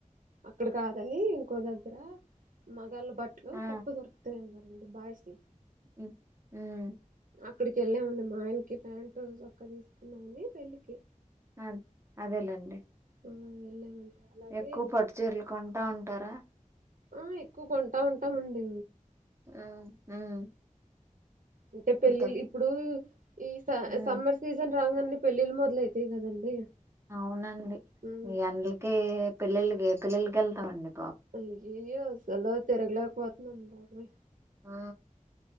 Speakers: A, on the right (about 75°); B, on the right (about 20°).
A: అక్కడ కాదని ఉంకో దగ్గర మగాళ్ళ బట్ట్లు
B: ఆ
A: తక్కువ దొరుక్తై అ అంటె బాయ్స్ యీ
B: ఉ ఉమ్
A: ఇక్కడికెళ్ళామండి. మా ఆయనకి ప్యాంటు, చొక్కా తీసుకున్నామని పెళ్ళికి
B: ఆన్ అదేలేండి
A: ఆ వెళ్ళామండి అలాగే
B: ఎక్కువ పట్టు చీరలుకొంటా ఉంటారా?
A: ఆ ఎక్కువ కొంటా ఉంటామండి
B: ఉమ్, ఉమ్,
A: అంటే పెళ్ళిల్
B: ఇంత
A: ఇప్పుడు ఈ స
B: ఉమ్,
A: సమ్మర్ సీజన్ రాంగనే పెళ్ళిళ్ మొదలయితాయి కదండి
B: అవునండి
A: మ్మ్
B: మీ ఎండ్లకి పిల్లలకి ఎ పెల్లలకి ఎళ్తామండి
A: అయ్యయ్యోసల తిరగలేకపోతున్నామ్ బాబోయి
B: ఆ